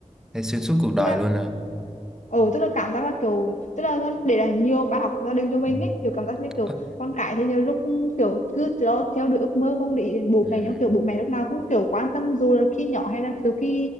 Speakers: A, in the centre; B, on the left.
A: thấy xuyên suốt cuộc đời
B: tức là
A: luôn à.
B: ừ tức là cảm giác là kiểu tức là con- để lại nhiều bài học gia đình cho mình
A: Ừ.
B: ấy kiểu cảm giác như kiểu
A: Ơ,
B: con cái thì nhiều lúc kiểu cứ theo, theo đuổi ước mơ không để ý đến bố
A: ừ.
B: mẹ nhưng kiểu bố mẹ lúc nào cũng kiểu quan tâm dù là khi nhỏ hay là kiểu khi